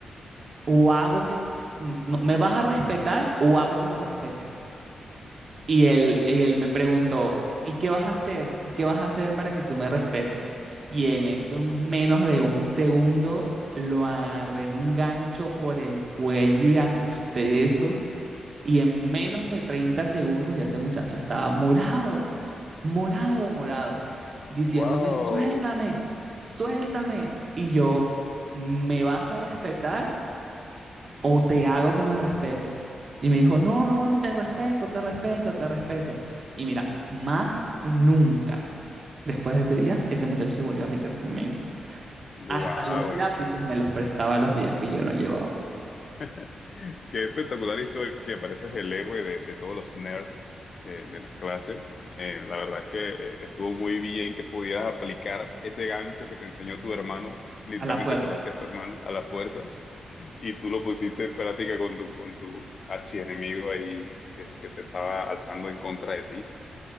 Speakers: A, on the right; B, on the left.
A: o hago que, no, me vas a respetar o hago que me respetes? Y él, y él me preguntó, ¿y qué vas a hacer? ¿Y qué vas a hacer para que tú me respetes? Y en eso, menos de un segundo, lo agarré un gancho por el cuello y ajusté eso y en menos de 30 segundos ya ese muchacho estaba morado, morado, morado, diciéndome,
B: Wow.
A: suéltame, suéltame. Y yo, ¿me vas a respetar o te hago que me respete? Y me dijo, no, no, te respeto, te respeto, te respeto. Y mira, más nunca después de ese día, ese muchacho se volvió a meter conmigo.
B: Wow,
A: Hasta los lápices
B: <laughs> hermano.
A: me los prestaba los días que yo no llevaba,
B: <laughs> Qué espectacular historia, pareces el héroe de, de todos los nerds de, de las clases. Eh, la verdad es que eh, estuvo muy bien que pudieras aplicar ese gancho que te enseñó tu hermano, literalmente
A: a la fuerza.
B: te lo hacía tu hermano a la fuerza, y tú lo pusiste en práctica con tu, con tu archienemigo ahí que, que se estaba alzando en contra de ti.